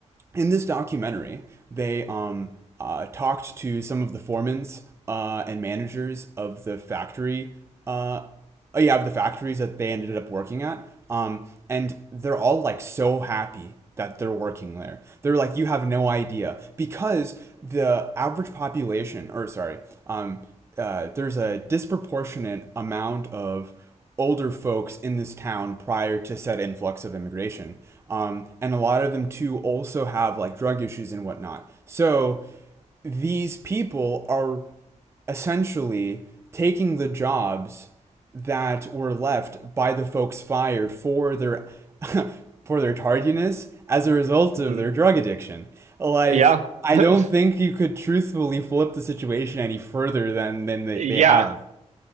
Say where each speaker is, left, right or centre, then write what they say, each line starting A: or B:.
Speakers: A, on the right (about 20°); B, on the right (about 65°).
A: in this documentary, they um, uh, talked to some of the foremans uh, and managers of the factory. Uh, oh, yeah, of the factories that they ended up working at. Um, and they're all like so happy that they're working there. They're like, you have no idea because the average population, or sorry, um, uh, there's a disproportionate amount of older folks in this town prior to said influx of immigration. Um, and a lot of them too also have like drug issues and whatnot. So these people are essentially taking the jobs that were left by the folks fired for their <laughs> for their tardiness as a result
B: hmm
A: of their drug addiction. Like
B: Yeah.
A: I
B: <laughs>
A: don't think you could truthfully flip the situation any further than than they,
B: Yeah.
A: they have.